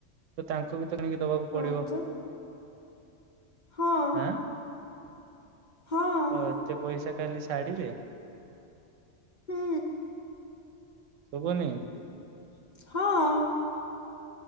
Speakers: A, on the right (about 80°); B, on the left (about 45°).
A: ତ ତାଙ୍କୁ ବି ତ କିଣିକି ଦବାକୁ
B: ହଁ
A: ପଡିବ।
B: ତ ହଁ,
A: ଆଁ
B: ହଁ
A: ତ ଏତେ ପଇସା ଖାଲି ସାଢଡିରେ,
B: ହୁଁ।
A: ଶୁଭନି,
B: ହଁ।